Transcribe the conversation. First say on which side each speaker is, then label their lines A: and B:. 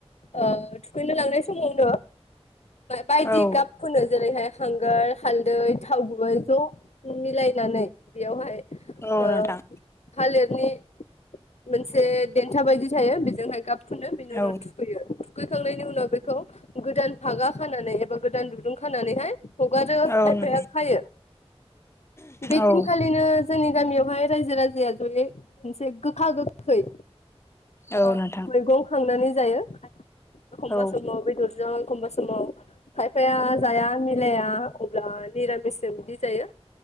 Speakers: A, on the left (about 80°); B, on the left (about 25°).
A: ओ थुखैनो लांनाय समावनो बायदि
B: औ
A: गाब फुनो। जेरैहाय हांगार हालदै थाव गुबै ज' मिलायनानै बेयावहाय
B: औ
A: ओ
B: नोंथां
A: थालिर नि मोनसे देन्था बायदि थायो बेजोंहाय गाब फुनो बेनि
B: औ
A: उनाव थु थुखैखांनायनि उनाव बेखौ गोदान फागा खानानै एबा गोदान दुरुं खानानैहाय हगारो
B: औ
A: खायफाया
B: नोंथां
A: खायो। बे
B: औ
A: दिनखालिनो जोंनि गामियावहाय रायजो राजाया जयै मोनसे गोखा गोखै
B: औ
A: ओ
B: नोंथां
A: मैगं खांनानै जायो। एखमबा
B: औ
A: समाव बेदर जों एखमबा समाव खायफाया जाया मिलाया अब्ला निरामिसजों बिदि जायो।